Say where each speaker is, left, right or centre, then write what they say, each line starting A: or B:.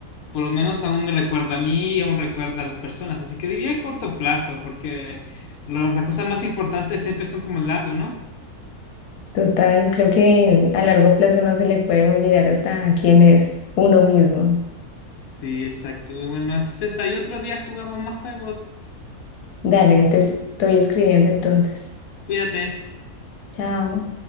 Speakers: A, on the left; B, on the left.
A: por lo menos aún me recuerda a mí y aún recuerda a las personas. Así que diría corto plazo, porque los- las cosas más importantes siempre son como largo, ¿no?
B: Total, creo que a largo plazo no se le puede olvidar hasta quién es uno mismo.
A: Sí, exacto. Bueno, entonces ahí otro día jugamos más juegos.
B: Dale, te estoy escribiendo entonces.
A: Cuídate.
B: Chao.